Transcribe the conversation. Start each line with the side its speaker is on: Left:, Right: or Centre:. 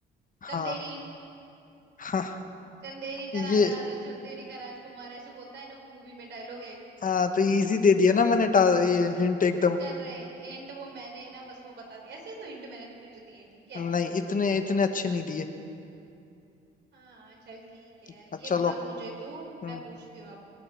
Left: हाँ
Right: चंदेरी
Left: <laughs> हाँ
Right: चंदेरी का
Left: ये
Right: राजा
Left: हाँ ये
Right: और चंदेरी का राजकुमार ऐसे बोलता है ना वो मूवी में डायलॉग है एक।
Left: आ, तो इजी दे दिया ना मैंने टा, ये हिंट एकदम
Right: चल रहे हैं हिंट वो मैंने ना बस वो बता दी ऐसे तो हिंट मैंने भी तुझे दिए हैं ठीक है
Left: नहीं इतने इतने अच्छे नहीं दिए
Right: हाँ चल ठीक है
Left: हाँ,
Right: ये
Left: चलो
Right: बता मुझे तू
Left: हम्म।
Right: मैं पूछती हूँ अब